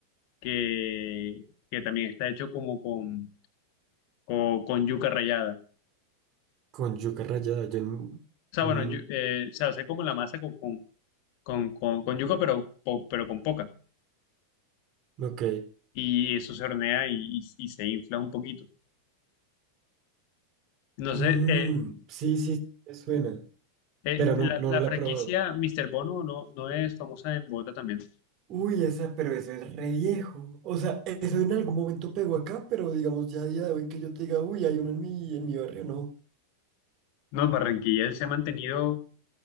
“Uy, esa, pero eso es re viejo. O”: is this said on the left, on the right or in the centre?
Right